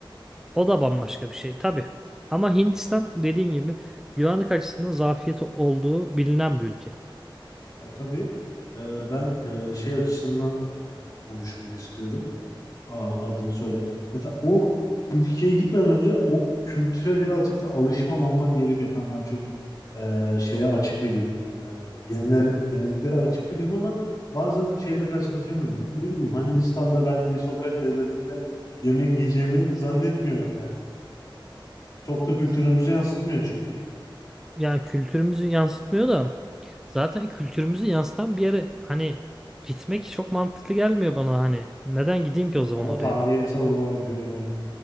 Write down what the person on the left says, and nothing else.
Ya tabii e, ben e, şey açısından e, konuşmak istiyorum. a- adını söyle. Mesela o ülkeye gitmeden önce o kültüre birazcık da alışman olman gerekiyor. Tamam ben çok e, şeye açık biriyim. E, yenile- yeniliklere açık biriyim ama bazen şeyle karşılaşamıyorum. Ne bileyim Hindistan'da ben bir sokak lezzetinde yemek yiyeceğimi zannetmiyorum yani. Çok da kültürümüzü yansıtmıyor çünkü.
Ama
tarihi
eser olarak görmek,